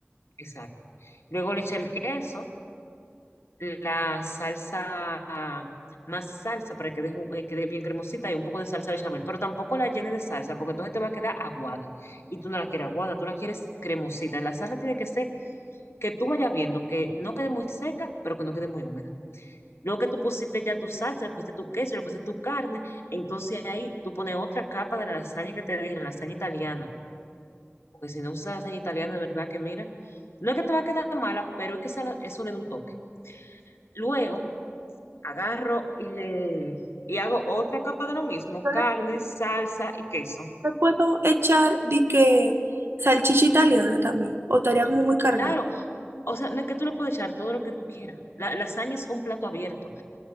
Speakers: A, on the left; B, on the right.
A: exacto. Luego le echa el queso la salsa, ah, más salsa para que deje- eh, quede, bien cremosita y un poco de salsa bechamel, pero tampoco la llene de salsa porque entonces te va a quedar aguada y tú no la quieres aguada, tú la quieres cremosita. La salsa tiene que ser que tú vayas viendo que no quede muy seca, pero que no quede muy húmeda. Luego que tú pusiste ya tu salsa, le pusiste tu queso, le pusiste tu carne, entonces ahí tú pones otra capa de la lasaña que te dije, la lasaña italiana, porque si no usas lasaña italiana, de verdad que mira, no es que te va a quedar mala, pero es que esa- eso le da un toque. Luego, agarro y le y hago otra capa de lo mismo,
B: Yo
A: carne,
B: le,
A: salsa y queso.
B: le puedo echar de que salchicha italiana también, o estaría como muy cargada.
A: Claro, o sea, no es que tú le puedes echar todo lo que tú quieras. La lasaña es un plato abierto.